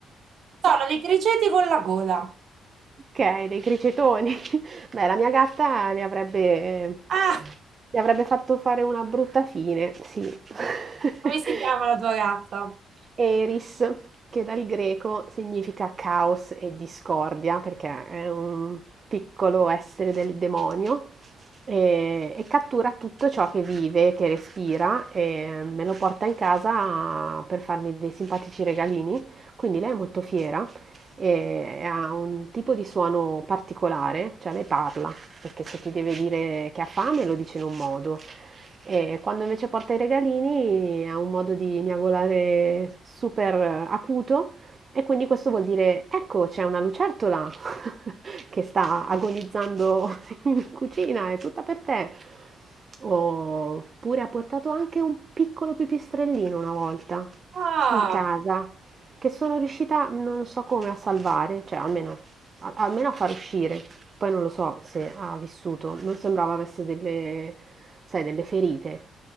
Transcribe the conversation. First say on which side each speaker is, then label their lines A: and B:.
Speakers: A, on the right (about 60°); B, on the right (about 40°).
A: Sono dei criceti con la coda.
B: Okay, dei cricetoni. <laughs> Beh, la mia gatta ne avrebbe
A: Ah,
B: gli avrebbe fatto fare una brutta fine, sì. <laughs>
A: come si chiama la tua gatta?
B: Eris, che dal greco significa caos e discordia, perché è un piccolo essere del demonio e, e cattura tutto ciò che vive, che respira e me lo porta in casa per farmi dei simpatici regalini. Quindi lei è molto fiera e ha un tipo di suono particolare, cioè lei parla, perché se ti deve dire che ha fame lo dice in un modo, e quando invece porta i regalini ha un modo di miagolare super acuto e quindi questo vuol dire ecco c'è una lucertola <laughs> che sta agonizzando <laughs> in cucina, è tutta per te. Oppure ha portato anche un piccolo pipistrellino una volta
A: Ah.
B: in casa che sono riuscita non so come a salvare, cioè almeno al- almeno a far uscire. Poi non lo so se ha vissuto, non sembrava avesse delle, sai, delle ferite.